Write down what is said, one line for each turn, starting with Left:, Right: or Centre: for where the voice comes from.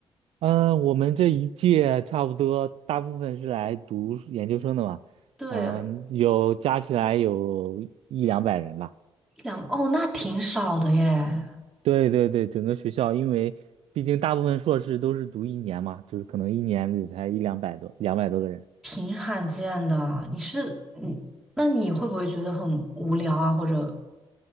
Right: 嗯，我们这一届差不多大部分是来读研究生的嘛，
Centre: 对，
Right: 嗯，有加起来有一两百人吧。
Centre: 一两，哦，那挺少的耶。
Right: 对对对，整个学校，因为毕竟大部分硕士都是读一年嘛，就是可能一年也才一两百多、两百多个人。
Centre: 挺罕见的。你是你，那你会不会觉得很无聊啊？或者，